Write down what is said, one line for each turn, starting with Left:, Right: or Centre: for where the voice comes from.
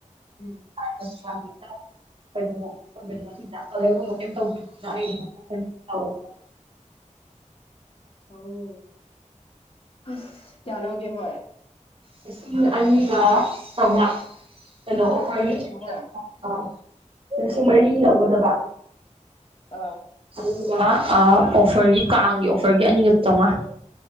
Left: ꯎꯝ
Right: <inaudible> <inaudible>
Left: ꯑꯣ ꯍꯁ ꯀꯌꯥ ꯂꯧꯣꯒꯦ ꯃꯣꯣꯏ
Right: ꯂꯤꯁꯤꯡ ꯑꯅꯤꯒ ꯆꯥꯝꯃꯉꯥ ꯀꯩꯅꯣ ꯑꯩꯈꯣꯏꯒꯤ
Left: ꯂꯤꯁꯤꯡ ꯑꯅꯤꯒ ꯆꯥꯝꯃꯉꯥ
Right: ꯑ ꯁꯨꯝꯃꯅꯤ ꯂꯧꯒꯗꯕ
Left: ꯑ
Right: ꯑꯗꯨꯒ ꯑꯣꯐꯔꯒꯤ ꯀꯥꯡꯒꯤ ꯑꯣꯐꯔꯒꯤ ꯑꯅꯤꯒ ꯆꯥꯝꯃꯉꯥ